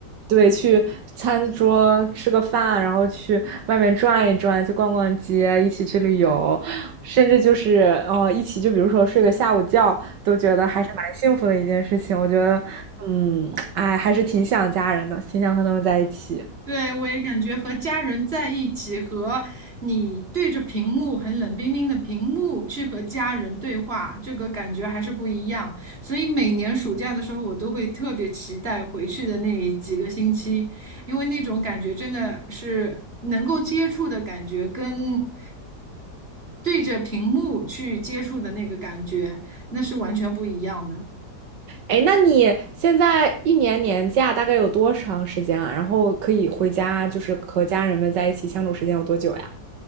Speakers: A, on the right; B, on the right.
A: 对，去餐桌吃个饭，然后去外面转一转，去逛逛街，一起去旅游，甚至就是哦，一起就比如说睡个下午觉，都觉得还是蛮幸福的一件事情。我觉得，嗯，哎，还是挺想家人的，挺想和他们在一起。
B: 对，我也感觉和家人在一起，和你对着屏幕很冷冰冰的屏幕去和家人对话，这个感觉还是不一样。所以每年暑假的时候，我都会特别期待回去的那几个星期，因为那种感觉真的是能够接触的感觉，跟对着屏幕去接触的那个感觉，那是完全不一样的。
A: 哎，那你现在一年年假大概有多长时间啊？然后可以回家，就是和家人们在一起相处时间有多久呀？